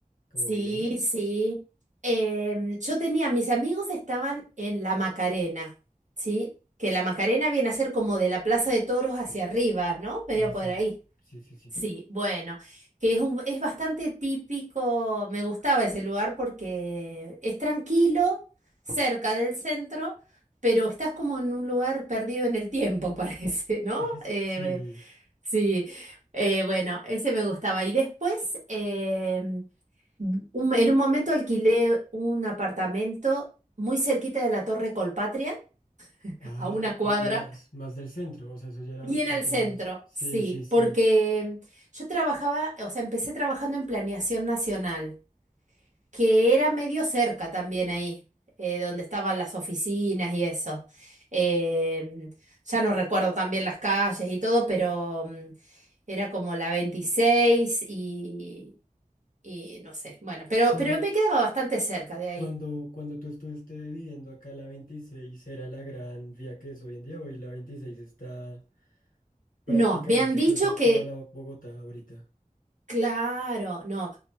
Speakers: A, on the left; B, on the right.
A: ¿Como
B: sí,
A: viviendo?
B: sí. Em, yo tenía, mis amigos estaban en la Macarena, ¿sí? Que la Macarena viene a ser como de la Plaza de Toros hacia arriba, ¿no? Pero
A: Ah,
B: por
A: sí,
B: ahí.
A: sí, sí, sí.
B: Sí, bueno, que es un, es bastante típico, me gustaba ese lugar porque es tranquilo, cerca del centro, pero estás como en un lugar perdido en el tiempo, <laughs> parece, ¿no?
A: <laughs>
B: Eh,
A: sí,
B: sí, eh, bueno, ese me gustaba. Y después, em, Un- en un momento alquilé un apartamento muy cerquita de la Torre Colpatria,
A: ah,
B: a una cuadra,
A: más, más del centro, o sea, eso ya era
B: bien
A: bastante
B: al centro,
A: más. Sí,
B: sí,
A: sí, sí.
B: porque mm, yo trabajaba, o sea, empecé trabajando en Planeación Nacional, que era medio cerca también ahí, eh, donde estaban las oficinas y eso. Em, ya no recuerdo también las calles y todo, pero mm, era como la 26 y, y no sé, bueno, pero,
A: Cuando,
B: pero me quedaba bastante cerca de ahí.
A: cuando, cuando tú estuviste viviendo acá, la 26 era la gran vía que es hoy en día, hoy la 26 está prácticamente
B: No, me han dicho
A: cruza
B: que,
A: toda la Bogotá ahorita.
B: claro, no.